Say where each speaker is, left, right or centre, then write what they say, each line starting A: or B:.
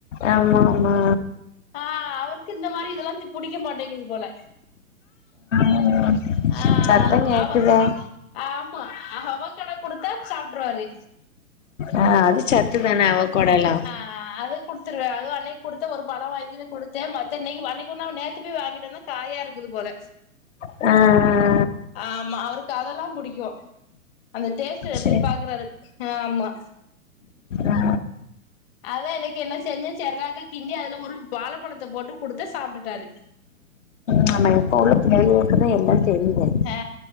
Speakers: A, on the left; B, on the left.
A: ஆமா ஆமா
B: ஆ அவருக்கு இந்த மாதிரி இதெல்லா புடிக்க மாட்டிங்குது போல
A: ம்
B: ஆ
A: சத்தோ கேக்குதே
B: அவ ஆமா அவகெடா கொடுத்தா சாப்ட்ருவாரு
A: ஆ அது சத்து தான அவகொடல்லா
B: ஆ அது குத்துருவே அதுவோ அன்னைக்கி குடுத்த ஒரு பழோ வாங்கினு குடுத்தே மத்தன்னைக் அன்னைக்கு போனா நேத்து போய் வாங்கிட்டு வர்னோ காயா இருக்குது போல
A: அ
B: ஆமா அவருக்கு அதெல்லா புடிக்கோ அந்த டேஸ்ட் எப்டி
A: சேரி
B: பாக்குறாரு ஆமா
A: ஆ
B: அதா எனக்கு என்ன செஞ்ச செர்லாக்க கிண்டி அதுல ஒரு வாழப்பழத்த போட்டு குடுத்த சாப்டுட்டாரு
A: நம்ம எப்போ உள்ள <inaudible> எல்லா தெரியுது
B: ஆ